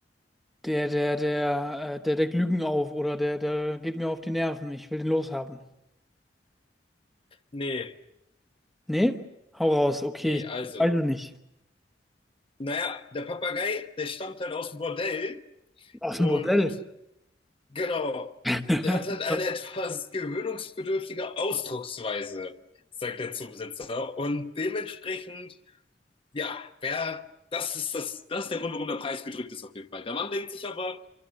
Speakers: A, in the centre; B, on the left (about 30°).
A: der, der, der, äh, der deckt Lügen auf oder der, der geht mir auf die Nerven. Ich will den loshaben.
B: Nee,
A: Nee? Hau raus. Okay,
B: nee,
A: ich,
B: also.
A: ich weiß es nicht.
B: Naja, der Papagei, der stammt halt aus dem Bordell
A: Aus
B: und
A: dem Modell.
B: genau,
A: <laughs>
B: der hat halt eine etwas gewöhnungsbedürftige Ausdrucksweise, sagt der Zoobesitzer. Und dementsprechend Ja, wer, das ist das, das ist der Grund, warum der Preis gedrückt ist auf jeden Fall. Der Mann denkt sich aber,